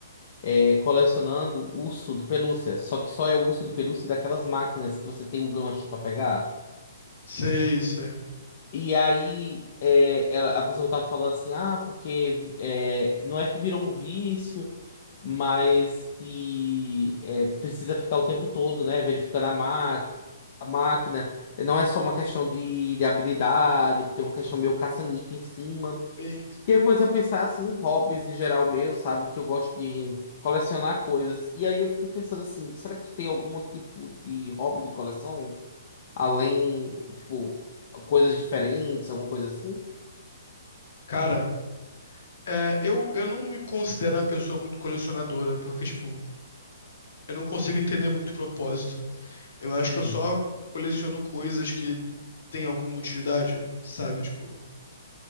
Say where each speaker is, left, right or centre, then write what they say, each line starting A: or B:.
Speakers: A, on the left; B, on the left.
A: é, colecionando urso de pelúcia. Só que só é urso de pelúcia daquelas máquinas que você tem o gancho pra pegar.
B: Sei, sei.
A: E aí é, ela- a pessoa tava falando assim, ah, porque é, não é que virou um vício, mas que é, precisa ficar o tempo todo, né, verificando a máquina. A máquina não é só uma questão de, de habilidade, tem uma questão meio caça-níquel em cima.
B: Sim, sim.
A: E aí eu comecei a pensar assim em hobbies em geral meu, sabe? Que eu gosto de colecionar coisas. E aí eu fiquei pensando assim, será que tu tem algum tipo de hobby de coleção? Além, tipo, coisas diferentes, alguma coisa assim?
B: Cara, é, eu, eu não me considero uma pessoa muito colecionadora, porque, tipo, eu não consigo entender muito o propósito. Eu acho
A: Uhum.
B: que eu só coleciono coisas que têm alguma utilidade, sabe? Tipo,